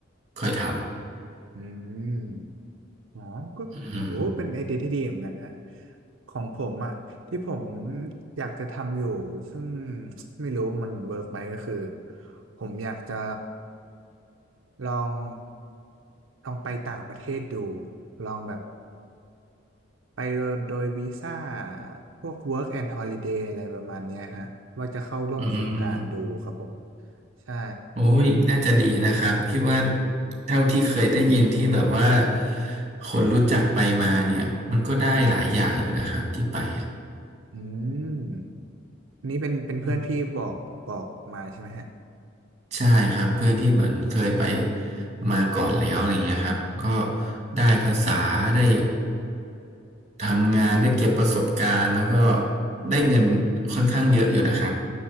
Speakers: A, on the right; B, on the right.
A: ค่อยท
B: อืม อ๋อก็โหเป็นไอเดียที่ดีเหมือนกันฮะ
A: ำอืม
B: ของผมอ่ะ ที่ผมอยากจะทำอยู่ ซึ่งไม่รู้มันเวิร์กไหมก็คือ ผมอยากจะลอง ลองไปต่างประเทศดู ลองแบบไปโดยวีซ่า พวก work and holiday อะไรประมาณเนี้ยฮะว่าจะเข้าร่วมโครงการดูครับผม
A: อืม
B: ใช่
A: โอ้ยน่าจะดีนะครับพี่ว่าเท่าที่เคยได้ยินที่แบบว่าคนรู้จักไปมาเนี่ยมันก็ได้หลายอย่างอยู่นะครับที่ไปอ่ะ
B: อืม นี่เป็นเป็นเพื่อนพี่บอกบอกมาใช่ไหมฮะ
A: อืมใช่ครับเพื่อนที่เหมือนเคยไปมาก่อนแล้วอะไรเงี้ยครับก็ได้ภาษาได้ทำงานได้เก็บประสบการณ์แล้วก็ได้เงินค่อนข้างเยอะอยู่นะครับ